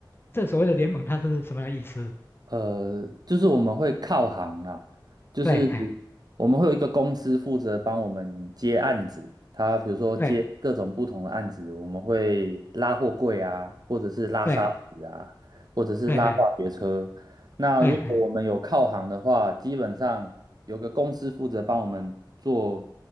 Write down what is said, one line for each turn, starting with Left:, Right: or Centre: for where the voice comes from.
Left: 这所谓的联盟它是什么样的意思？
Right: 呃，就是我们会靠行啦，就是
Left: 对，嘿，
Right: 我们会有一个公司负责帮我们接案子，他比如说接各种不同的案子，
Left: 对，
Right: 我们会拉货柜啊，或者是拉沙子啊，
Left: 对，
Right: 或者是拉化学车。
Left: 对，嘿，
Right: 那如果我们有靠行的话，
Left: 对，嘿，
Right: 基本上有个公司负责帮我们做